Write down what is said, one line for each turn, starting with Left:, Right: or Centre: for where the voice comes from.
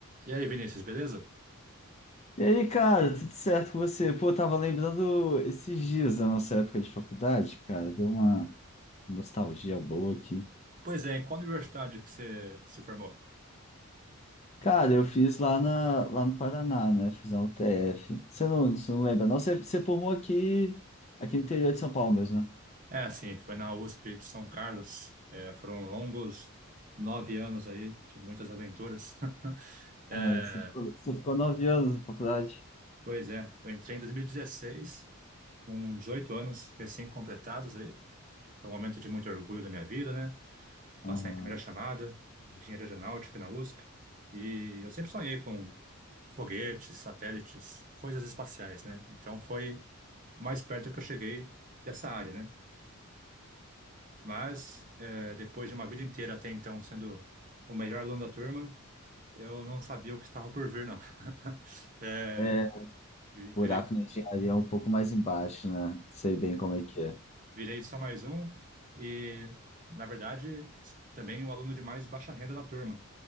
Right: E aí, Vinícius, beleza?
Left: E aí, cara, tudo certo com você? Pô, eu tava lembrando esses dias da nossa época de faculdade, cara, deu uma nostalgia boa aqui.
Right: Pois é, em qual universidade que você se formou?
Left: Cara, eu fiz lá, na, lá no Paraná, né? Fiz a UTF. Você não, você não lembra, não? Você, você formou aqui, aqui no interior de São Paulo mesmo, né?
Right: É, sim, foi na USP de São Carlos. É, foram longos nove anos aí, de muitas aventuras. <laughs> É,
Left: Ah, é, você ficou, você ficou nove anos na faculdade?
Right: pois é, eu entrei em 2016, com 18 anos recém-completados aí. Foi um momento de muito orgulho da minha vida, né? Passar
Left: Aham.
Right: em primeira chamada, engenharia aeronáutica na USP. E eu sempre sonhei com foguetes, satélites, coisas espaciais, né? Então foi o mais perto que eu cheguei dessa área, né? Mas eh, depois de uma vida inteira até então sendo o melhor aluno da turma, eu não sabia o que estava por vir, não. <laughs> Eh,
Left: É,
Right: vi-
Left: buraco
Right: virei,
Left: na engenharia é um pouco mais embaixo, né? Sei bem como é que é.
Right: virei só mais um e, na verdade, também o aluno de mais baixa renda da turma.